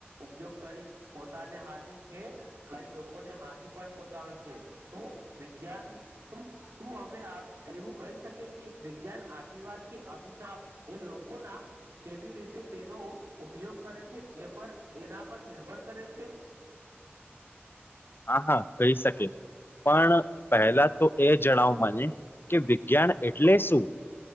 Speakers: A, on the right; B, on the left.
A: ઉપયોગ કરી પોતાને હાનિ કે ખઈ લોકોને હાનિ પણ પહોંચાવે છે તો વિજ્ઞાન તો શું અમે એવું કહી શકી કે વિજ્ઞાન આશીર્વાદ વા કે અભિશાપ એ લોકો ના કેવી રીતે તેનો ઉપયોગ કરે છે એ પર એના પર નિર્ભર કરે છે <inaudible>
B: હા હા કહી શકે પણ પહેલા તો એ જણાવ માને કે જ્ઞાન એટલે શું